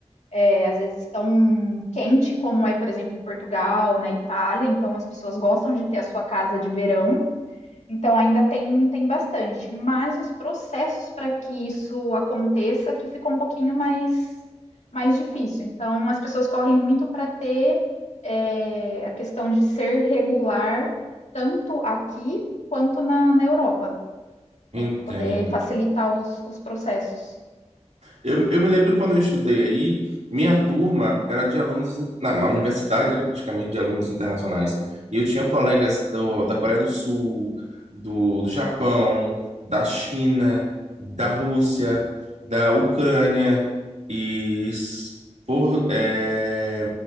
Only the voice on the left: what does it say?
é, às vezes, tão quente como é, por exemplo, em Portugal, na Itália. Então, as pessoas gostam de ter a sua casa de verão. Então ainda tem, tem bastante, mas os processos para que isso aconteça que ficou um pouquinho mais, mais difícil. Então as pessoas correm muito para ter é, a questão de ser regular, tanto aqui quanto na, na Europa, né?
Para poder facilitar os, os processos.